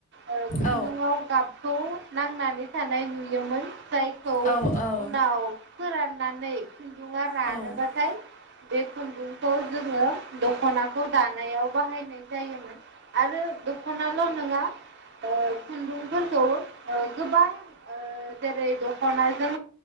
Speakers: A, on the right; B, on the left.
A: ओ खुन्दुंआव
B: औ
A: गाबखौ नांनानै थानाय नुयोमोन जायखौ
B: औ
A: उनाव फोराननानै। खुन्दुङा रानो
B: औ
A: बाथाय। बे खुन्दुंखौ जोङो दख'नाखौ दानायाव बाहायनाय जायोमोन आरो। दख'नाल' नोङा ओ खुन्दुंफोरखौ ओ गोबां ओ जेरै दख'नाजों